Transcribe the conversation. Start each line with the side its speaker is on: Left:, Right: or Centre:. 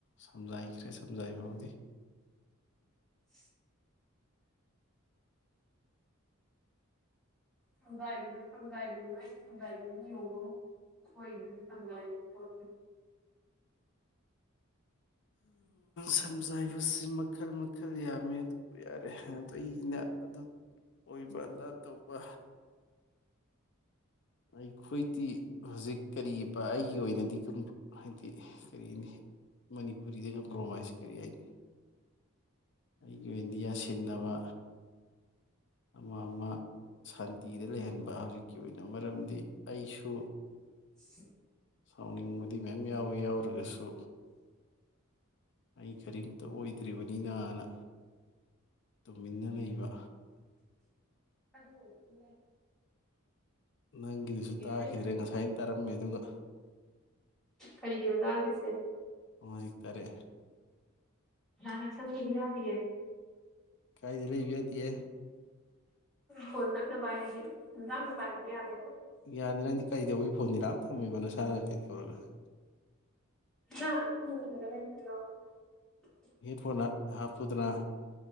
Left: ꯁꯝꯖꯥꯏꯈ꯭ꯔꯦ ꯁꯝꯖꯥꯏꯕꯕꯨꯗꯤ
Centre: <inaudible> ꯁꯪꯖꯗ ꯁꯪꯖꯥꯏꯗꯅ ꯅꯪ ꯁꯪꯖꯥꯏꯗ ꯅꯣꯡꯃ ꯁꯣꯏꯗ ꯁꯪꯖꯥꯏꯕ ꯄꯣꯠ
Left: ꯁꯝꯖꯥꯏꯕꯁꯤ ꯃꯈꯜ ꯃꯈꯜ ꯌꯥꯝꯃꯦ ꯑꯗꯨꯕꯨ ꯌꯥꯔꯦ ꯑꯗꯣ ꯑꯩꯅ ꯑꯗꯨ ꯑꯣꯏꯕ ꯑꯗꯥ ꯇꯧꯕ ꯑꯩꯈꯣꯏꯗꯤ ꯍꯧꯖꯤꯛ ꯀꯔꯤ ꯄ ꯑꯩꯒꯤ ꯑꯣꯏꯅ <unintelligible> ꯍꯥꯏꯗꯤ ꯀꯔꯤꯅꯤ ꯃꯅꯤꯄꯨꯔꯤꯗ ꯀꯝꯄ꯭ꯔꯣꯃꯥꯏꯁꯤ ꯀꯔꯤ ꯍꯥꯏꯅꯤ ꯑꯩꯒꯤ ꯏꯟꯗꯤꯌꯥ ꯁꯤꯟꯅꯕ ꯑꯃ ꯑꯃ ꯁꯥꯟꯇꯤꯗ ꯂꯩꯍꯟꯕ ꯍꯧꯖꯤꯛꯀꯤ ꯑꯣꯏꯅ ꯃꯔꯝꯗꯤ ꯑꯩꯁꯨ
Centre: ꯍ <inaudible>
Left: ꯁꯥꯎꯅꯤꯡꯕꯗꯤ ꯃꯌꯥꯝ ꯌꯥꯎꯋꯤ ꯌꯥꯎꯔꯒꯁꯨ ꯑꯩ ꯀꯔꯤꯝꯇ ꯑꯣꯏꯗ꯭ꯔꯤꯕꯅꯤꯅ ꯅ ꯇꯨꯝꯃꯤꯟꯅ ꯂꯩꯕ
Centre: ꯑꯗꯨ ꯏ
Left: ꯅꯪꯒꯤꯗꯨꯁꯨ ꯇꯥꯈꯤꯗ꯭ꯔꯦ
Centre: ꯍꯥꯏꯕꯗꯤ
Left: ꯉꯁꯥꯏꯅ ꯇꯥꯔꯝꯃꯦ ꯑꯗꯨꯒ
Centre: ꯀꯔꯤꯒꯤꯅꯣ ꯂꯥꯛꯗꯣꯏꯁꯦ
Left: ꯍꯧꯖꯤꯛ ꯇꯥꯔꯛꯑꯦ
Centre: ꯂꯅꯥ ꯁꯅꯤꯕꯤ ꯌꯥꯕꯤꯌꯦ
Left: ꯀꯥꯏꯗꯤ ꯂꯩꯕ ꯌꯥꯇꯤꯌꯦ
Centre: ꯐꯣꯟ ꯅꯛꯅ ꯄꯥꯏꯔꯗꯤ ꯂꯥꯞꯅ ꯄꯥꯏꯔꯗꯤ ꯌꯥꯗꯦ
Left: ꯌꯥꯅꯤ ꯅꯪꯗꯤ ꯀꯩꯗꯧꯕꯩ ꯐꯣꯟꯗꯤ ꯂꯥꯞꯅ ꯊꯝꯃꯤꯕ ꯅꯁ <unintelligible>
Centre: <unintelligible>
Left: <unintelligible> ꯍꯥꯞꯄꯨꯗꯅ